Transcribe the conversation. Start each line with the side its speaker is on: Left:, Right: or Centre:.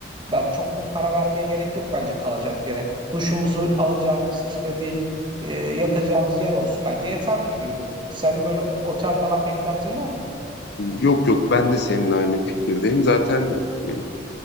Right: ben çok bir para vermeye gerek yok bence kalacak yere. Duşumuzu alacağımız işte bir e, yatacağımız yer olsun bence yeterli gibi geliyor. Senin böyle otel falan beklentin var mı?
Left: Yok yok ben de seninle aynı fikirdeyim. Zaten e,